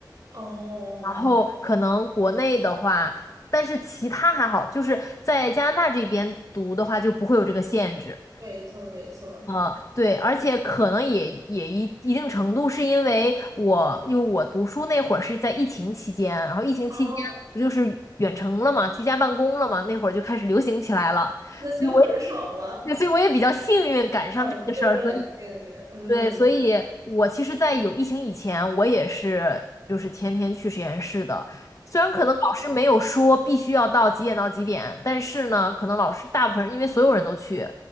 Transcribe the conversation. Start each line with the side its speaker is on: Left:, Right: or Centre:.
Right: 哦，
Left: 然后可能国内的话，但是其他还好，就是在加拿大这边读的话就不会有这个限制。
Right: 没错没错，
Left: 呃，对，而且可能也也一一定程度是因为我，因为我读书那会儿是在疫情期间，然后疫情期间不就是远程了嘛，
Right: 哦，
Left: 居家办公了嘛，那会儿就开始流行起来了，
Right: 那就很爽了，
Left: 所以我也，对，所以我也比较幸运赶上这个事儿，
Right: 嗯，<laughs> 就是很幸运，
Left: 所以
Right: 嗯
Left: 对，所以我其实，在有疫情以前，我也是就是天天去实验室的，虽然可能老师没有说必须要到几点到几点，
Right: 嗯
Left: 但是呢，可能老师大部分人因为所有人都去，